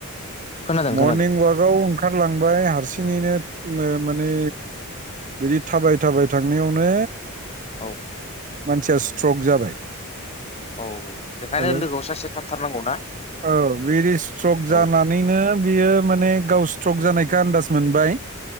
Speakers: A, on the left (about 30°); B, on the right (about 35°).
A: खोनादों
B: मरनिं
A: खोनादों
B: ववाकाव ओंखारलांबाय हारसिङैनो माने बिदि थाबाय थाबाय थांनायावनो
A: औ
B: मानसिया स्ट्रक जाबाय
A: औ बेखायनो
B: हेलौ
A: लोगोआव सासे थाबथारनांगौ ना
B: औ बिदिि स्ट्रक
A: औ
B: जानानैनो बियो माने गाव स्ट्रक जानायखौ आन्दाज मोनबाय